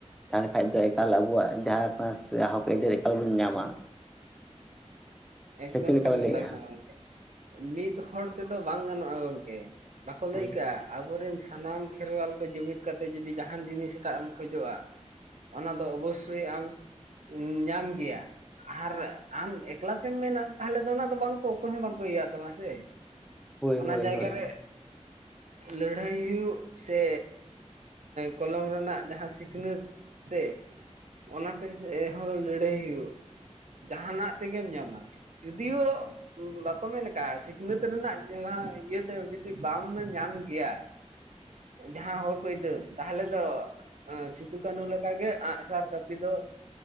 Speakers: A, in the centre; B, on the right.
A: ᱛᱟᱦᱚᱞᱮ ᱠᱷᱟᱡ ᱫᱚ ᱮᱠᱟᱞ ᱟᱵᱚᱣᱟᱜ ᱡᱟᱦᱟᱸ ᱠᱟᱱᱟ ᱥᱮ ᱦᱚᱠ ᱟᱭᱫᱟᱨᱤ ᱮᱠᱟᱞ ᱵᱚᱱ ᱧᱟᱢᱟ᱾
B: ᱮᱠᱫᱚᱢ
A: ᱥᱮ ᱪᱮᱫ ᱞᱮᱠᱟ
B: ᱥᱟᱹᱨᱤ
A: ᱵᱮᱱ
B: ᱠᱟᱛᱷᱟ
A: ᱞᱟᱹᱭᱮᱜᱼᱟ?
B: ᱠᱟᱱᱟ ᱜᱚᱝᱠᱮ᱾ ᱢᱤᱫ ᱦᱚᱲ ᱛᱮᱫᱚ ᱵᱟᱝ ᱜᱟᱱᱚᱜᱼᱟ ᱜᱚᱝᱠᱮ, ᱵᱟᱠᱚ ᱞᱟᱹᱭ
A: ᱦᱳᱭ
B: ᱠᱟᱜᱼᱟ᱾ ᱟᱵᱚᱨᱮᱱ ᱥᱟᱱᱟᱢ ᱠᱷᱮᱨᱣᱟᱞ ᱠᱚ ᱡᱩᱢᱤᱫ ᱠᱟᱛᱮ ᱡᱩᱫᱤ ᱡᱟᱦᱟᱱ ᱡᱤᱱᱤᱥ ᱴᱟᱜ ᱮᱢ ᱠᱷᱚᱡᱚᱜᱼᱟ᱾ ᱚᱱᱟ ᱫᱚ ᱚᱵᱚᱥᱳᱭ ᱟᱢ ᱧᱟᱢ ᱜᱮᱭᱟ ᱟᱨ ᱟᱢ ᱮᱠᱞᱟ ᱛᱮᱢ ᱢᱮᱱᱟ ᱛᱟᱦᱚᱞᱮ ᱫᱚ ᱚᱱᱟ ᱫᱚ ᱵᱟᱝᱠᱚ ᱚᱠᱚᱭ ᱦᱚᱸ ᱵᱟᱝᱠᱚ ᱤᱭᱟᱣᱟᱜ ᱛᱟᱢᱟ ᱥᱮ, ᱚᱱᱟ
A: ᱦᱳᱭ
B: ᱡᱟᱭᱜᱟ
A: ᱦᱳᱭ
B: ᱨᱮ ᱞᱟᱹᱲᱦᱟᱹᱭ ᱦᱩᱭᱩᱜ ᱥᱮ ᱠᱚᱞᱚᱢ ᱨᱮᱱᱟᱜ ᱡᱟᱦᱟᱸ ᱥᱤᱠᱷᱱᱟᱹᱛ, ᱛᱮ ᱚᱱᱟᱛᱮᱦᱚᱸ ᱞᱟᱹᱲᱦᱟᱹᱭ ᱦᱩᱭᱩᱜ ᱡᱟᱦᱟᱱᱟᱜ ᱛᱮᱜᱮᱢ ᱧᱟᱢᱟ᱾ ᱡᱩᱫᱤᱭᱳᱜ ᱵᱟᱠᱚ ᱢᱮᱱ ᱠᱟᱜᱼᱟ ᱥᱤᱠᱷᱱᱟᱹᱛ ᱨᱮᱱᱟᱜ ᱡᱟᱦᱟᱸ ᱤᱭᱟᱹᱛᱮ ᱡᱩᱫᱤ ᱵᱟᱢ ᱧᱟᱢ ᱜᱮᱭᱟ, ᱡᱟᱦᱟᱸ ᱦᱳᱠ ᱟᱹᱭᱫᱟᱹᱨ᱾ ᱛᱟᱦᱚᱞᱮ ᱫᱚ ᱥᱤᱫᱩ ᱠᱟᱹᱱᱩ ᱞᱮᱠᱟᱜᱮ ᱟᱸᱜᱥᱟᱨ ᱠᱟᱹᱯᱤ ᱫᱚ